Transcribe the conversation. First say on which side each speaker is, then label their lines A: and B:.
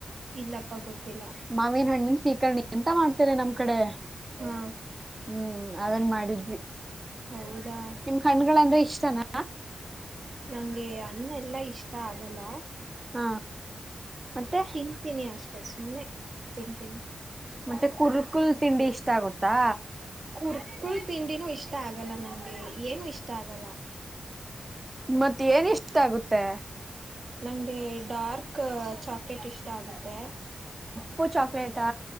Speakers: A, on the right (about 55°); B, on the right (about 25°).
A: ಇಲ್ಲಪ್ಪ ಗೊತ್ತಿಲ್ಲ
B: ಮಾವಿನ ಹಣ್ಣಿನ ಸೀಕರ್ಣಿ ಎಂತ ಮಾಡ್ತೀರ ನಮ್ ಕಡೆ
A: ಹಾ
B: ಹೂ ಅದ್ನ ಮಾಡಿದ್ವಿ
A: ಹೌದಾ
B: ನಿಮ್ ಕಣ್ಗಳಂದ್ರೆ ಇಷ್ಟನಾ
A: ನಂಗೆ ಹಣ್ಣು ಎಲ್ಲಾ ಇಷ್ಟ ಆಗಲ್ಲ
B: ಹಾ ಮತ್ತೆ
A: ತಿಂತೀನಿ ಅಷ್ಟೆ ಸುಮ್ನೆ ತಿಂತೀನಿ
B: ಮತ್ತೆ ಕುರ್ಕುಲ್ ತಿಂಡಿ ಇಷ್ಟ ಗತ್ತ ಗೊತ್ತಾ
A: ಕುರ್ಕೂರೆ ತಿಂಡಿನೂ ಇಷ್ಟ ಆಗಲ್ಲ ನಂಗೆ ಏನು ಇಷ್ಟ ಆಗಲ್ಲ
B: ಮತ್ತೆ ಏನ್ ಇಷ್ಟ ಆಗುತ್ತೆ
A: ನಂಗೆ ಡಾರ್ಕ್ ಚಾಕ್ಲೇಟ್ ಇಷ್ಟ ಆಗುತ್ತೆ
B: ಉಪ್ಪು ಚಾಕ್ಲೇಟಾ